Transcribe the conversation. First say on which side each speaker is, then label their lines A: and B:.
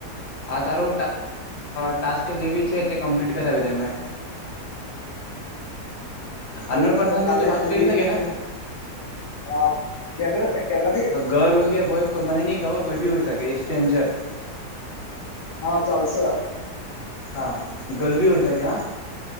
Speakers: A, on the left (about 50°); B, on the left (about 80°).
A: આ, તારો ટાસ્ક જ એવી છે, તે કમ્પ્લીટ કરાવી દે મેં.
B: તો
A: હન્ડ્રેડ
B: મેં
A: પરસન
B: તો કાલે
A: તું વાત
B: ફ્રી
A: કરી શકે
B: જ છું
A: ને?
B: હા કેને કેનાથી
A: ગર્લ હોય કે બોય, કો મનેની ખબર કોઈ બી હોય શકે? ! ઈટ્સ સ્ટ્રેન્જર,
B: હા ચાલશે,
A: હા ગલ બી હોય શકે હા,